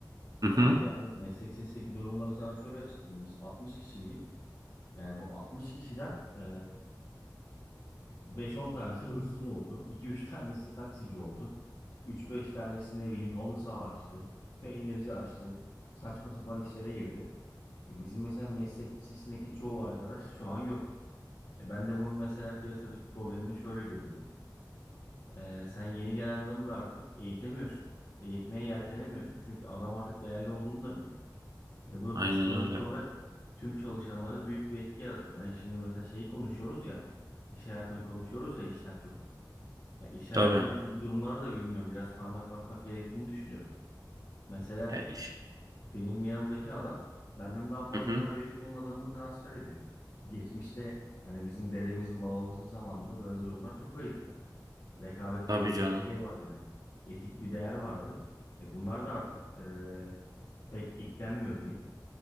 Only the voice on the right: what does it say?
Hı hı.
Aynen
öyle.
Tabii.
Ya iş.
Hı
hı.
Tabii canım.